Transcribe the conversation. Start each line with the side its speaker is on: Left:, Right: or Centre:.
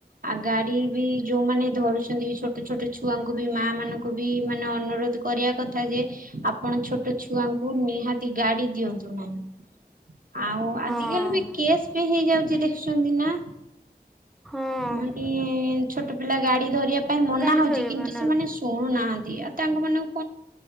Right: ଆଉ ଗାଡ଼ି ବି ଯୋଉମାନେ ଧରୁଛନ୍ତି ଛୋଟ ଛୋଟ ଛୁଆଙ୍କୁ ବି ମା ମାନଙ୍କୁ ଙ୍କୁ ବି ମାନେ ଅନୁରୋଧ କରିବା କଥା ଯେ ଆପଣ ଛୋଟ ଛୁଆଙ୍କୁ ନିହାତି ଗାଡ଼ି ଦିଅନ୍ତୁ ନାହିଁ। ଆଉ
Centre: ହଁ
Right: ଆଜିକାଲି ବି କେସ୍ ବି ହେଇଯାଉଛି ଦେଖୁଛନ୍ତି ନା।
Centre: ହଁ।
Right: ମାନେ ଛୋଟ ପିଲା ଗାଡି ଧରିବା ପାଇଁ ମନା
Centre: ଗାଡି
Right: ହଉଛି
Centre: ଧରିବା
Right: କିନ୍ତୁ
Centre: ପାଇଁ
Right: ସେମାନେ ଶୁଣୁନାହାନ୍ତି ଆଉ ତାଙ୍କ ମାନ